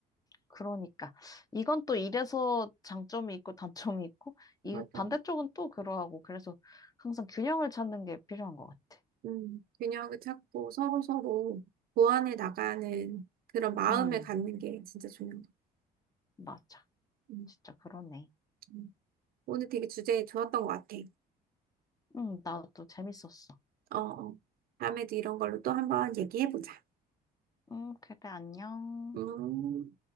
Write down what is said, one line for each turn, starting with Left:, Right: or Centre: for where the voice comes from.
Left: 그러니까. 이건 또 이래서 장점이 있고 단점이 있고, 이
Right: 맞아.
Left: 반대쪽은 또 그러하고, 그래서 항상 균형을 찾는 게 필요한 것 같아.
Right: 음, 균형을 찾고 서로 서로 보완해 나가는 그런 마음을
Left: 응,
Right: 갖는 게 진짜 중요한 것 같아.
Left: 맞아.
Right: 음,
Left: 진짜 그러네.
Right: 음. 오늘 되게 주제 좋았던 것 같아.
Left: 응, 나도 재밌었어.
Right: 어, 어. 다음에도 이런 걸로 또 한번 얘기해보자.
Left: 응, 그래, 안녕.
Right: 음.